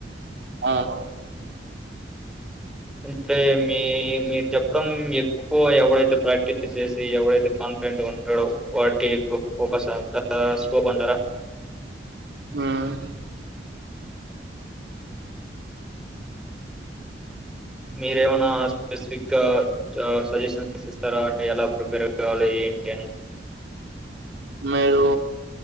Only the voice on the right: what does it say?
అవును
హహ్
మీరు